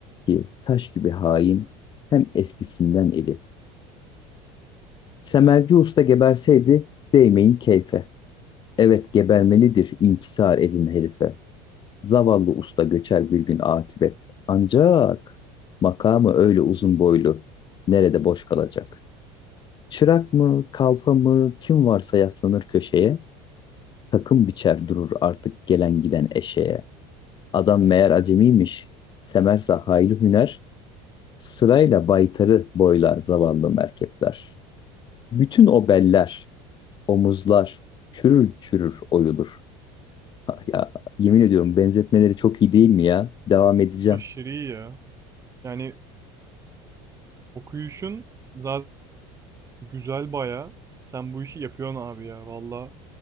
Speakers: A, on the left; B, on the right.
A: ki taş gibi hain. Hem eskisinden eli. Semerci usta geberseydi değmeyin keyfe. Evet gebermelidir inkisar edin herife. Zavallı usta göçer bir gün akibet. Ancak makamı öyle uzun boylu. Nerede boş kalacak? Çırak mı, kalfa mı, kim varsa yaslanır köşeye. Takım biçer durur artık gelen giden eşeğe. Adam meğer acemiymiş. Semersa hayli hüner, sırayla baytarı boylar zavallı merkepler. Bütün o beller, omuzlar çürür çürür oyulur. Ah Ya yemin ediyorum benzetmeleri çok iyi değil mi ya? Devam edeceğim.
B: Aşırı iyi ya. Yani okuyuşun zaten güzel baya. Sen bu işi yapıyorsun abi ya valla.